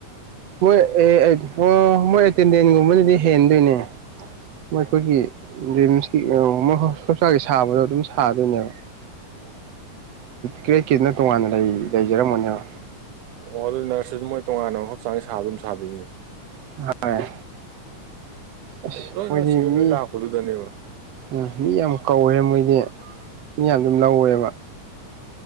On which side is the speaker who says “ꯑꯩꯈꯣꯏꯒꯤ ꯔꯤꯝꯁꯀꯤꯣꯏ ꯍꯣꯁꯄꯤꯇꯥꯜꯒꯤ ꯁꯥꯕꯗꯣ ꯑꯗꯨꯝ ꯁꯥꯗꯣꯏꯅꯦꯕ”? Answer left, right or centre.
Right